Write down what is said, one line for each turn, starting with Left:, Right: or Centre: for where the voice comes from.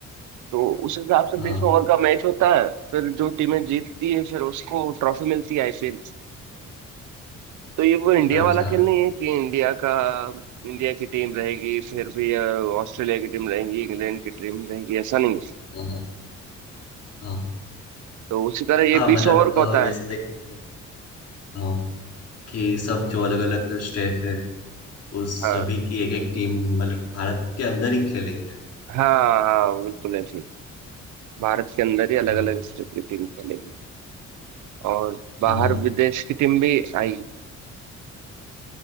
Right: तो उस हिसाब से
Left: हाँ,
Right: बीस ओवर का मैच होता है फिर जो टीमें जीतती है फिर उसको ट्रॉफी मिलती है आईपीएल तो ये वो इंडिया
Left: अच्छा
Right: वाला
Left: हाँ
Right: खेल नहीं है कि इंडिया का इंडिया की टीम रहेगी फिर भी अ, ऑस्ट्रेलिया की टीम रहेगी इंग्लैंड की टीम रहेगी ऐसा नहीं है
Left: हाँ हाँ
Right: तो उसी तरह ये
Left: हाँ मतलब
Right: बीस ओवर का
Left: अ,
Right: होता
Left: वैसे
Right: है
Left: देखें तो हाँ कि सब जो अलग अलग स्टेट है उस
Right: हाँ
Left: सभी की एक एक टीम मतलब भारत के अंदर ही खेलेंगे
Right: हाँ हाँ बिल्कुल ऐसे ही। भारत के अंदर ही अलग
Left: हाँ
Right: अलग स्टेट की टीम खेलेगी और बाहर
Left: हाँ
Right: विदेश की टीम भी आएगी